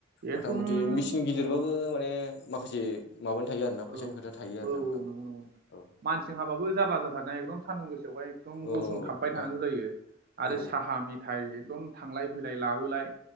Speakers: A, on the right; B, on the left.
A: एकदम
B: मथा मथि मेचिन गिदिरबाबो
A: औ
B: माने माखासे माबानि थायो आरोना
A: औ
B: फैसानि खोथा थायो
A: औ
B: आरो ना नोंथां।
A: नंगौ नंगौ
B: औ
A: मानसिजों हाबो जारला जाराथा एकदम सान्दुं गोसायावहाय एकदम
B: औ
A: गसंथाबबाय
B: नोंथां
A: थानांगौ जायो। आरो
B: औ
A: साहा मेथाइ एकदम थांलाय फैलाय लाबोलाय।